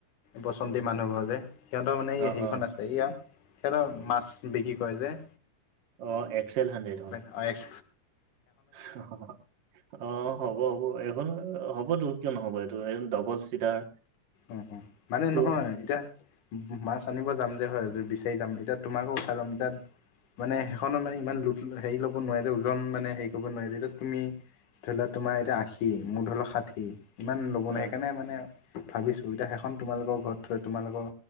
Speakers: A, on the left (about 85°); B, on the right (about 60°).
A: বচন্তি মানুহ ঘৰ যে, সিহঁতৰ মানে
B: অ
A: এই হেৰিখন
B: অ
A: আছ। এইয়া সিহঁতৰ মাছ বিক্ৰী কৰে যে।
B: অ' এক্সেল হাণ্ড্ৰেড অ'।
A: অ' এক্স।
B: <unintelligible> অ' হ'ব, হ'ব, এখন হ'বতো কিয় নহ'ব, এইটো ডবল চিটাৰ।
A: অ' অ' মানে
B: টো
A: নহয়, এতিয়া। মাছ আনিব যাম যে হয়, বিচাৰি যাম এতিয়া তোমাকো উঠাই ল'ম এতিয়া। মানে সেইখনত মানে ইমান লোড হেৰি ল'ব নোৱাৰে যে, ওজন মানে হেৰি কৰিব নোৱাৰে, যেতিয়া তুমি ধৰি লোৱা তোমাৰ এতিয়া আশী, মোৰ ধৰি লোৱা ষাঠি, ইমান ল'ব
B: অ
A: ন সেইকাৰণে মানে। ভাবিছোঁ এতিয়া সেইখন তোমালোকৰ ঘৰত থৈ, তোমালোকৰ